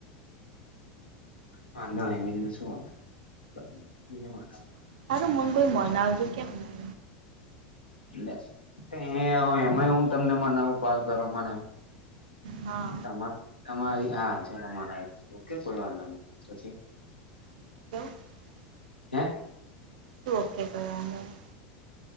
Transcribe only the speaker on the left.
વાંધો નહીં, બીજું તો શું હવે. <unintelligible>
લે. એ હવે એમાંય હું તમને મનાવું? કોલ કરો મને
એમ તમે તમારી હા ચલો મને ઓકે કોઈ વાંધો નહી પછી
હે